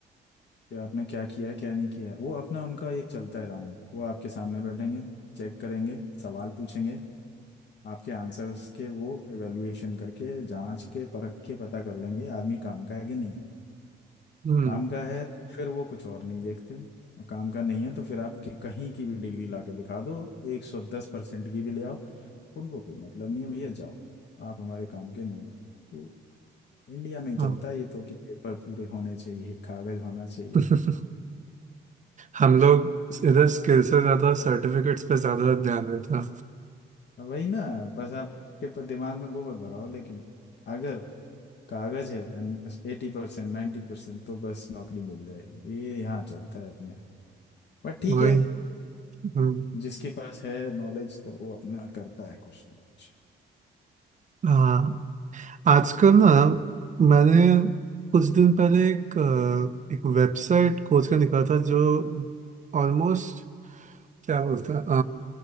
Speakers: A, on the left (about 60°); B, on the right (about 40°).
A: कि आपने क्या किया है क्या नहीं किया है वो अपना उनका एक चलता है राउंड वो आपके सामने बैठेंगे चेक करेंगे सवाल पूछेंगे आपके आंसर्स के वो एवेल्युएशन करके जांच के परख के पता कर लेंगे आदमी काम का है कि नहीं है
B: हम्म
A: काम का है तो फिर वो कुछ और नहीं देखते और काम का नहीं है तो फिर आप कि- कहीं की भी डिग्री ला के दिखा दो एक सौ दस परसेंट की भी ले आओ उनको कोई मतलब नहीं है भैया जाओ आप हमारे काम के नहीं हो तो इंडिया में ही चलता
B: हाँ
A: है ये तो कि पेपर पूरे होने चाहिए कागज होना चाहिए
B: <laughs> हम लोग इधर स्किल से ज्यादा सर्टिफिकेट्स पे ज्यादा ध्यान देता
A: वही ना बस आपके प- दिमाग में गोबर भराओ लेकिन अगर कागज है एटी परसेंट नाइन्टी परसेंट तो बस नौकरी मिल जाएगी ये यहाँ चलता है अपने यहाँ। पर ठीक
B: वही
A: है
B: हम्म
A: जिसके पास है नॉलेज तो वो अपना करता है कुछ ना कुछ
B: हाँ आजकल ना मैंने कुछ दिन पहले एक अ, एक वेबसाइट खोज कर निकाला था जो ऑलमोस्ट क्या बोलते हैं